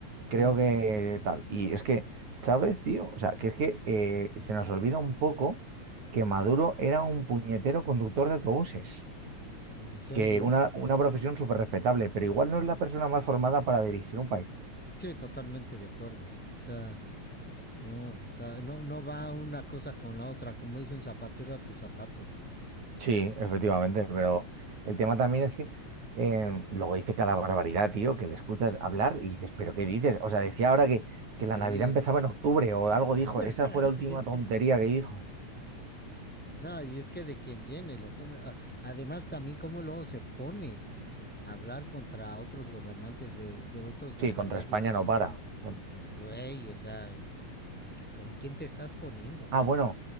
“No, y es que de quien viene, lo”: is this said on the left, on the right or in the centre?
Centre